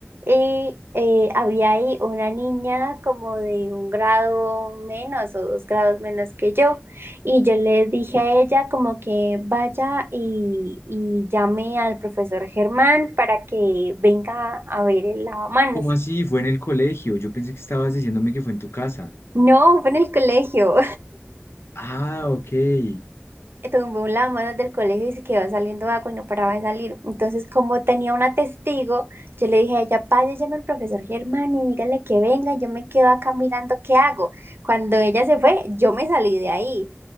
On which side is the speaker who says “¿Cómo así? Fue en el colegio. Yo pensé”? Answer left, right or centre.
Left